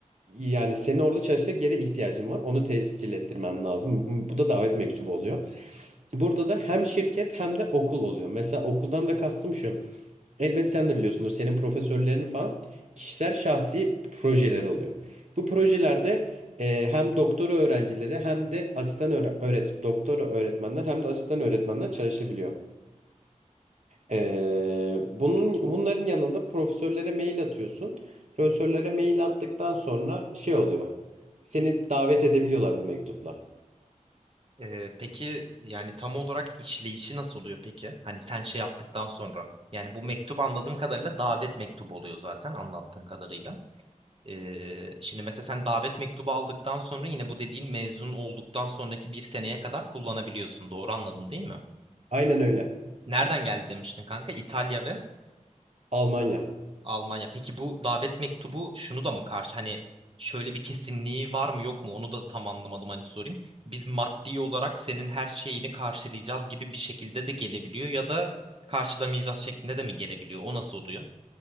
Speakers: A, on the right; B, on the right.
A: yani seni orada çalışacak yere ihtiyacın var. Onu tescil ettirmen lazım. Bu da davet mektubu oluyor. Burada da hem şirket hem de okul oluyor. Mesela okuldan da kastım şu. Elbet sen de biliyorsundur senin profesörlerin falan kişisel şahsi projeleri oluyor. Bu projelerde e, hem doktora öğrencileri hem de asistan öğre- öğret doktora öğretmenler hem de asistan öğretmenler çalışabiliyor. E, bunun bunların yanında profesörlere mail atıyorsun. Profesörlere mail attıktan sonra şey oluyor. Seni davet edebiliyorlar bu mektupla.
B: E, peki yani tam olarak işleyişi nasıl oluyor peki? Hani sen şey yaptıktan sonra yani bu mektup anladığım kadarıyla davet mektubu oluyor zaten anlattığın kadarıyla. Ee, şimdi mesela sen davet mektubu aldıktan sonra yine bu dediğin mezun olduktan sonraki bir seneye kadar kullanabiliyorsun. Doğru anladım değil mi?
A: Aynen öyle.
B: Nereden geldi demiştin kanka? İtalya ve
A: Almanya.
B: Almanya. Peki bu davet mektubu şunu da mı karşı? Hani şöyle bir kesinliği var mı yok mu? Onu da tam anlamadım hani sorayım. Biz maddi olarak senin her şeyini karşılayacağız gibi bir şekilde de gelebiliyor ya da karşılamayacağız şeklinde de mi gelebiliyor? O nasıl oluyor?